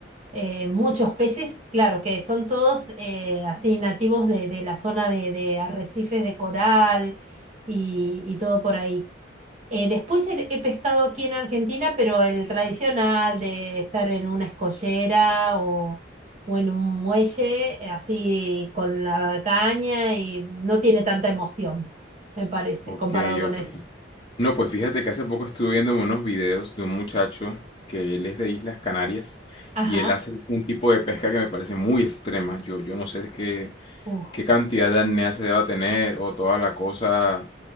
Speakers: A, on the right; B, on the left.
A: eh, muchos peces, claro, que son todos eh, así nativos de, de la zona de, de arrecifes de coral y, y todo por ahí. Eh, después he, he pescado aquí en Argentina, pero el tradicional de estar en una escollera o, o en un muelle, eh, así con la caña y no tiene tanta emoción, me parece,
B: Ok,
A: comparado con
B: ok.
A: eso.
B: No, pues fíjate que hace poco estuve viendo unos videos de un muchacho que él es de Islas Canarias
A: Ajá.
B: y él hace un tipo de pesca que me parece muy extrema. Yo, yo no sé qué,
A: Uh.
B: qué cantidad de apnea se deba tener o toda la cosa